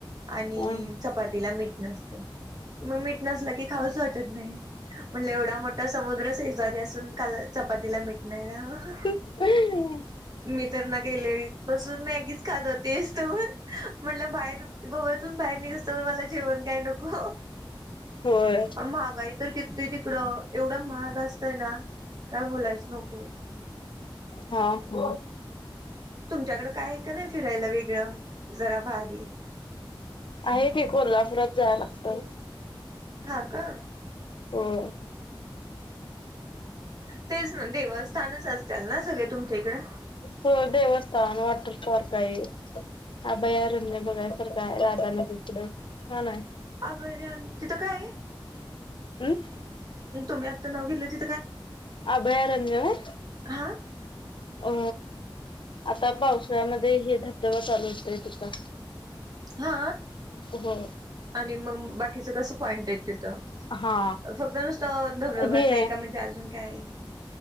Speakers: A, on the right; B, on the left.
A: आणि
B: हा
A: चपातीला मीठ नसतंय, म मीठ नसलं की खाऊच वाटत नाही. म्हणे एवढा मोठा समुद्र शेजारी असून. काल चपातीला मिट नाही,
B: होय.
A: मी तर गेल्यावर बसून मॅगीच खात होते, इस्तवर म्हनल बाहेर गोव्यात बाहेर निघसतवर मला जेवण काय नको.
B: होय
A: महागाई तर. ते तिकडं एवढं महाग असतय ना, काय बोलायचं नको.
B: हा हम.
A: तुमच्याकडं काय आहे का नाही फिरायला वेगळं, जरा भारी?
B: आहे की कोल्हापुरात जायय लागतय.
A: हा का.
B: हो.
A: तेच ना देवस्थानच असतीलल ना सगळे तुमच्या इकडे?
B: हो देवस्थान वॉटर पार्क. काही अभयारण्य बघायसारख आहे, राधानगरी कड छान आहे.
A: अभयारण्य तिथं काय आहे?
B: हम्.
A: तुम्ही आता नाव घेतलं ते.
B: अभयारण्य होय?
A: हा
B: अ आता पावसाळ्यामध्ये हे धबधबा चालू होतय तिथं
A: हा
B: हो.
A: आणि मंग बाकीचं कस पॉइंट आहेत तिथं
B: हा
A: फक्त नुसतं धबधबाच
B: हे
A: आहे का म्हणजे अजून काय ये.